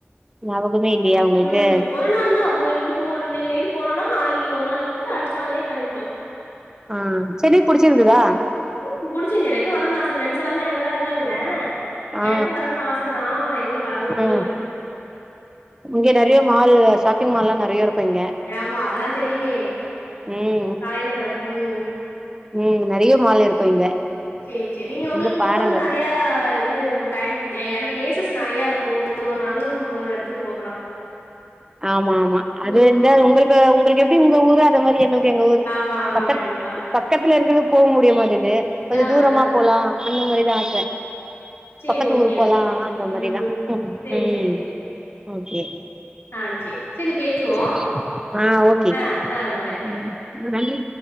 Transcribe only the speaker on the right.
ஞாபகமே இல்லையா உங்களுக்கு
ஆ சென்னை புடிச்சிருந்துதா
ஆ
ம்
இங்க நறைய மாலு ஷாப்பிங் மால்லா நறைய இருக்கு இங்க
ம்
ம் நறைய மால் இருக்கு இங்க
வந்து
பாருங்க
ஆமா ஆமா அது
இந்த உங்களுக்கு உங்களுக்கு எப்டி உங்க ஊரு அது மாரி எங்க கு எங்க ஊரு
பக்கத்
பக்கத்துல இருக்குற போக முடிய மாட்டுது கொஞ்ச
தூரமா
போலா அந்த மாரி தா ஆச
பக்கத்து
ஊரு போலா
அந்த மாரிதா
ம்
ஓகே
சரி ஆ ஓகே
ம் நன்றி